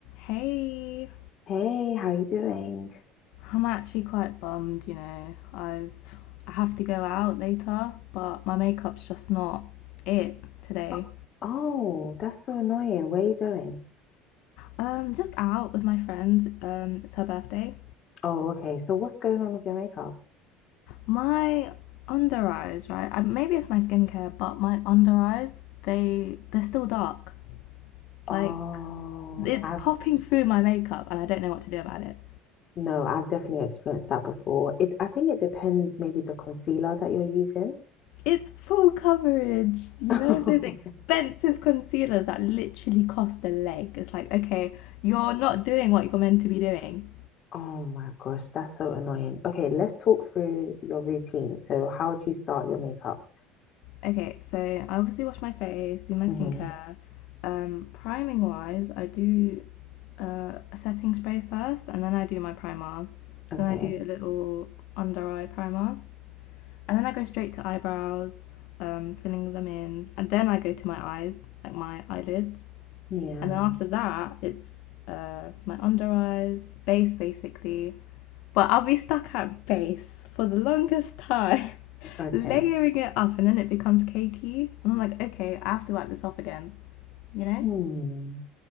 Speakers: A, on the left (about 55°); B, on the left (about 30°).
A: Hey,
B: Hey, how you doing?
A: I'm actually quite bummed, you know. I've I have to go out later, but my makeup's just not it today.
B: Oh, oh, that's so annoying. Where are you going?
A: Um, just out with my friend. Um, it's her birthday.
B: Oh, okay. So what's going on with your makeup?
A: My under eyes, right? I, maybe it's my skincare, but my under eyes, they they're still dark.
B: Oh,
A: Like it's
B: I've
A: popping through my makeup, and I don't know what to do about it.
B: no, I've definitely experienced that before. It, I think it depends maybe the concealer that you're using.
A: It's full coverage. You
B: <laughs>
A: know, those expensive concealers that literally cost a leg. It's like, okay, you're not doing what you're meant to be doing.
B: Oh my gosh, that's so annoying. Okay, let's talk through your routine. So how do you start your makeup?
A: Okay, so I obviously wash my face, do my
B: hmm
A: skincare. Um, priming wise, I do uh, a setting spray first, and then I do my primer.
B: Okay.
A: Then I do a little under eye primer. And then I go straight to eyebrows, um, filling them in. And then I go to my eyes, like my eyelids.
B: Yeah.
A: And then after that, it's uh, my under eyes, base basically. But I'll be stuck at base for the longest time, <laughs>
B: Okay.
A: layering it up, and then it becomes cakey. And I'm like, okay, I have to wipe this off again, you know?
B: Hmm.